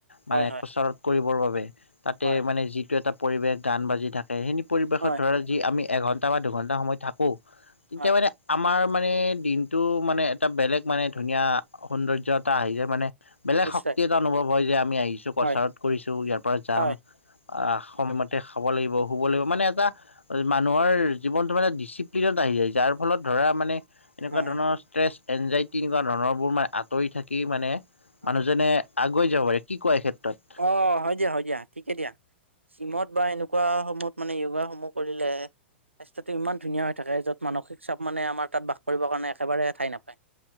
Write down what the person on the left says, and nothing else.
মানে
কচাৰত কৰিবৰ বাবে তাতে
মানে যিটো এটা পৰিৱেশ গান বাজি থা এইখিনি পৰিৱেশত
ধৰা যি আমি এঘণ্টা বা দুঘণ্টা সময় থাকোঁ তেতিয়া
মানে আমাৰ মানে দিনটো মানে এটা বেলেগ মানে ধুনীয়া সৌন্দৰ্য এটা আহি যায় মানে বেলেগ
শক্তি এটা অনুভৱ হয় যে আমি আহিছোঁ কছাৰত
কৰিছো ইয়াৰ পৰা যাম
আহ সময়মতে
খাব লাগিব শুব লাগিব মানে এটা মানুহৰ জীৱনটো মানে ডিচিপ্লিনত আহি যায়, যাৰ ফলত ধৰা মানে এনেকুৱা
ধৰণৰ ষ্ট্ৰেছ এনজাইটি কিবা ধৰণৰবোৰ মানে আঁতৰি থাকি মানে
মানুহজনে আগুৱাই যাব পাৰে, কি কোৱা এই ক্ষেত্ৰত?